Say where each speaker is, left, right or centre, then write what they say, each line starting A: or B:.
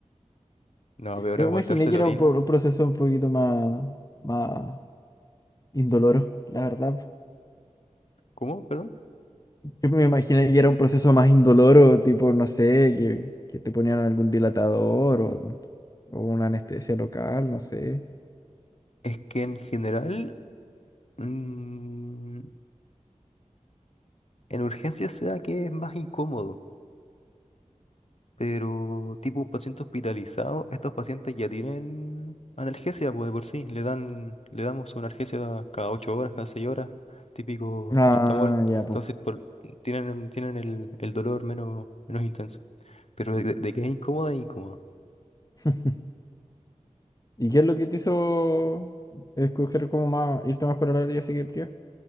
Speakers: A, on the left (about 55°); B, on the left (about 30°).
A: No, peor
B: Yo
A: aguantarse
B: me imaginé que
A: la
B: era
A: orina.
B: un, po- un proceso un poquito más, más indoloro, la verdad.
A: ¿Cómo? ¿Perdón?
B: Yo me imaginé que era un proceso más indoloro, tipo, no sé, que, que te ponían algún dilatador o, o una anestesia local, no sé.
A: Es que en general. mm, En urgencias se da que es más incómodo, pero tipo un paciente hospitalizado, estos pacientes ya tienen analgesia, pues de por sí, le dan, le damos una analgesia cada 8 horas, cada 6 horas, típico
B: Ah,
A: paracetamol,
B: ya,
A: entonces
B: pues.
A: por- tienen, tienen el, el dolor menos, menos intenso. Pero de, de que es incómodo, es incómodo.
B: <laughs> ¿Y qué es lo que te hizo escoger como más, irte más por el área de psiquiatría?